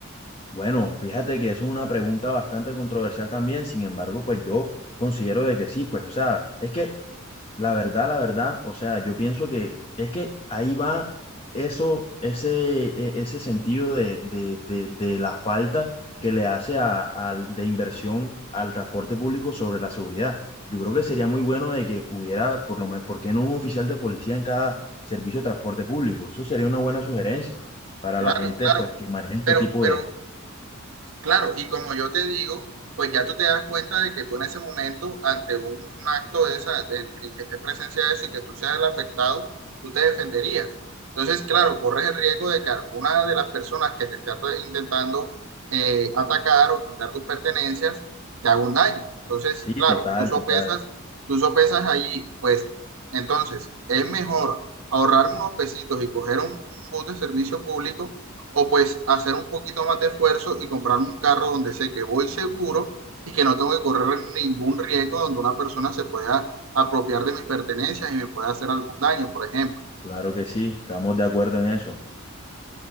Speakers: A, on the left; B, on the right.
A: Bueno, fíjate que eso es una pregunta bastante controversial también, sin embargo, pues yo considero de que sí, pues, o sea, es que La verdad, la verdad, o sea, yo pienso que es que ahí va eso, ese, e- ese sentido de, de- de- de la falta que le hace a- al- de inversión al transporte público sobre la seguridad. Yo creo que sería muy bueno de que hubiera, por lo menos, ¿por qué no un oficial de policía en cada servicio de transporte público? Eso sería una buena sugerencia para
B: Claro,
A: la gente,
B: claro.
A: pues, que maneja este
B: Pero,
A: tipo
B: pero,
A: de...
B: Claro, y como yo te digo, pues ya tú te das cuenta de que tú en ese momento, ante un, un acto de esa, de- en que esté presencia de eso y que tú seas el afectado, tú te defenderías. Entonces, claro, corres el riesgo de que alguna de las personas que te esté at- intentando eh, atacar o quitar tus pertenencias te haga un daño. Entonces,
A: Sí,
B: claro,
A: total,
B: tú sopesas,
A: total.
B: tú sopesas allí, pues entonces es mejor ahorrarme unos pesitos y coger un un bus de servicio público o pues hacer un poquito más de esfuerzo y comprarme un carro donde sé que voy seguro y que no tengo que correr ningún riesgo donde una persona se pueda apropiar de mis pertenencias y me pueda hacer algún daño, por ejemplo.
A: Claro que sí, estamos de acuerdo en eso.